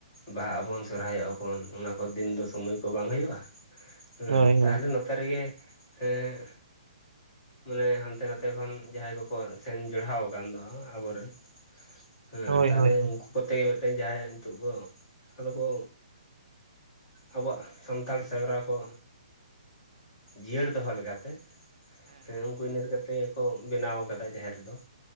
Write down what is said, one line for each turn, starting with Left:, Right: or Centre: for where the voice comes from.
Left: ᱵᱟᱦᱟᱜ ᱟᱵᱚᱱ ᱥᱚᱨᱦᱟᱭᱚᱜ ᱟᱵᱚᱱ ᱚᱱᱟ ᱠᱚ ᱫᱤᱱ ᱫᱚ ᱥᱚᱢᱚᱭ ᱠᱚ ᱵᱟᱝ ᱦᱩᱭᱩᱜ-ᱟ ᱦᱮᱸ
Right: ᱦᱳᱭ
Left: ᱛᱟᱦᱚᱞᱮ
Right: ᱦᱳᱭ
Left: ᱱᱚᱛᱮ ᱨᱮᱜᱮ ᱦᱮᱸ ᱢᱟᱱᱮ ᱦᱟᱱᱛᱮ ᱱᱟᱛᱮ ᱠᱷᱚᱱ ᱡᱟᱦᱟᱸᱭ ᱠᱚᱠᱚ ᱥᱮᱱ ᱡᱚᱲᱟᱣ ᱟᱠᱟᱱ ᱫᱚ ᱟᱵᱚᱨᱮᱱ ᱦᱮᱸ
Right: ᱦᱳᱭ
Left: ᱛᱟᱦᱚᱞᱮ
Right: ᱦᱳᱭ ᱦᱮᱸ
Left: ᱩᱱᱠᱩ ᱠᱚᱛᱮ ᱜᱮ ᱢᱤᱫᱴᱮᱱ ᱡᱟᱦᱟᱸᱭᱟᱜ ᱱᱤᱛᱳᱜ ᱫᱚ ᱟᱫᱚ ᱠᱚ ᱟᱵᱚᱣᱟᱜ ᱥᱟᱱᱛᱟᱲ ᱥᱮᱨᱣᱟ ᱠᱚ ᱡᱤᱭᱟᱹᱲ ᱫᱚᱦᱚ ᱞᱮᱠᱟᱛᱮ᱾ ᱦᱮᱸ ᱩᱱᱠᱩ ᱤᱱᱟᱹ ᱦᱚᱛᱮᱡ ᱛᱮᱠᱚ ᱵᱮᱱᱟᱣ ᱟᱠᱟᱫᱟ ᱡᱟᱦᱮᱨ ᱫᱚ᱾